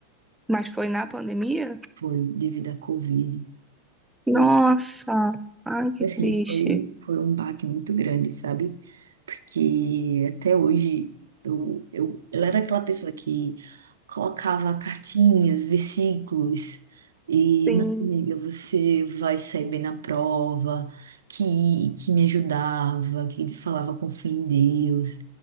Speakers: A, in the centre; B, on the right.
A: mas foi na pandemia?
B: foi devido à Covid.
A: Nossa,
B: E,
A: ai que
B: assim,
A: triste.
B: foi, foi um baque muito grande, sabe? Porque até hoje eu, eu, ela era aquela pessoa que colocava cartinhas, versículos, e
A: Sim,
B: não, amiga, você vai sair bem na prova, que, que me ajudava, que falava com fé em Deus,